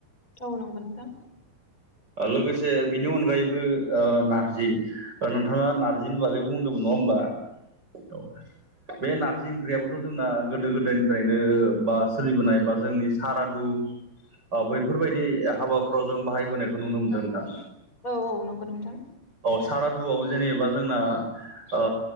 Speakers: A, on the left (about 15°); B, on the right (about 20°).
A: औ नांगै नोंथां
B: लोगोसे बिनि अनगायैबो ओ नारजि नोंथाङा नारजिनि बागै बुंदोंमोन नङा होमबा औ बे नारजि ओंख्रियाबोथ' जोंना गोदो गोदायनिफ्रायनो बा सोलिबोनाय बा जोंनि सारा दु ओ बैफोरबायदि हाबाफोराव जों बाहायबोनायखौ नुनो मोनदों नोंथां।
A: औ औ नंगौ नोंथां
B: औ सारादुआव जेनेबा जोंना ओ